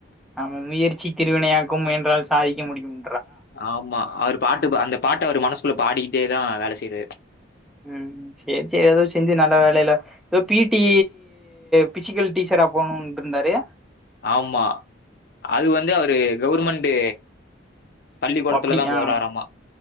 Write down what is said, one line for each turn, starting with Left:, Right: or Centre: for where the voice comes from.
Centre: ஆமா முயற்சி திருவினையாக்கு முயன்றால் சாதிக்க முடியும்
Left: ஆமா அவரு பாட்டு அந்த பாட்ட அவரு மனசுக்குள்ள பாடிட்டே தா வேலை செய்யறாரு
Centre: ம் சேரி சேரி எதோ செஞ்சு நல்ல வேலையில எதோ பி டி பிசிக்கல் டீச்சரா போணும்ட்டு இருந்தாரு
Left: ஆமா அது வந்து அவரு கவுர்மென்ட்டு பள்ளிக்கோடத்துலதா
Centre: அப்டி
Left: போறாறாம
Centre: ஆ